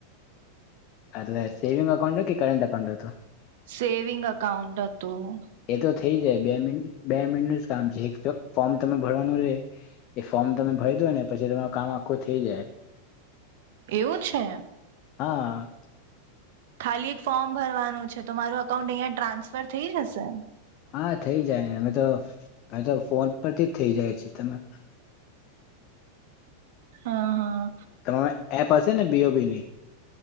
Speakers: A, on the left; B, on the right.
A: એટલે સેવિંગ અકાઉન્ટ કે કરેન્ટ અકાઉન્ટ હતું?
B: સેવિંગ અકાઉન્ટ હ તું.
A: એ તો થઈ જાય બે મિન બે મિનટનું જ કામ છે એક ફોર્મ તમે ભરવાનું રે એ ફોર્મ તમે ભરી દો પછી તમાર કામ આખું થઈ જાય
B: એવું છે
A: હા
B: ખાલી એક ફોર્મ ભરવાનું છે તો મારું અકાઉન્ટ અહિયાં ટ્રાન્સફર થઈ જશે
A: હા થઈ જાયને અમે તો એ તો ફોન પરથી જ થઈ જાય છે તમે
B: હા, હા.
A: તમારે એપ હશે ને, બી. ઓ. બી. ની?